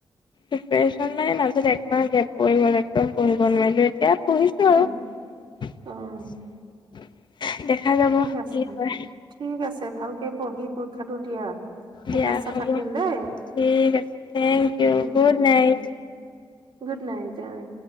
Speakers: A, on the left (about 55°); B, on the right (about 60°).
A: প্ৰিপিয়েচন মানে মাজত একমাহ গেপ পৰি গ'ল একদম পঢ়িব নোৱাৰিলো এতিয়া পঢ়িছে
B: উম অ
A: <unintelligible>
B: ঠিক আছে
A: কি হয়
B: ঠিক আছে ভালকে পঢ়ি পৰীক্ষাটো দিয়া শুভেচ্ছা
A: দিয়া হ'ব
B: থাকিল দেই
A: ঠিক আছে thank you
B: um
A: good night
B: উ গুড নাইট জান